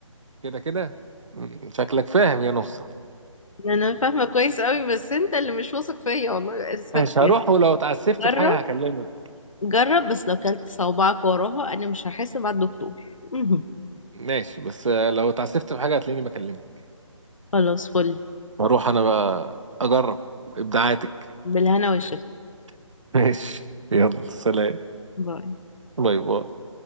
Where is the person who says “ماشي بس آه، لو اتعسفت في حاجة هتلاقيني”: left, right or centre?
Right